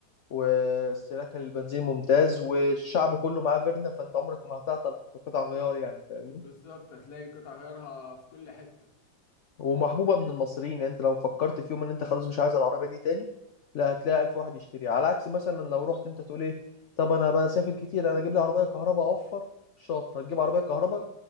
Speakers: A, on the left (about 85°); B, on the left (about 55°).
A: واستهلاكها للبنزين ممتاز والشعب كله معاه فيرنا فانت عمرك ما هتعطل في قطع غيار يعني فاهمني
B: بالظبط هتلاقي قطع غيارها في كل حتة
A: ومحبوبة من المصريين يعني انت لو فكرت في يوم ان انت خلاص مش عايز العربية دي تاني لا هتلاقي ألف واحد يشتريها على عكس مثلا لو رحت انت تقول ايه طب انا بسافر كتير انا اجيب لي عربية كهرباء اوفر شاطر هتجيب عربية كهرباء